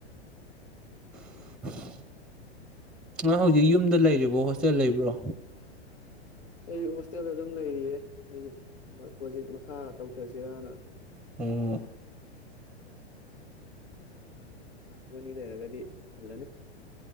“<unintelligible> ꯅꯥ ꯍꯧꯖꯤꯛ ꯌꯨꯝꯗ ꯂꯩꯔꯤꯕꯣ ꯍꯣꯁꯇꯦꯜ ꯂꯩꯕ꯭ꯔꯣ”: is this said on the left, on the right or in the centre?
Centre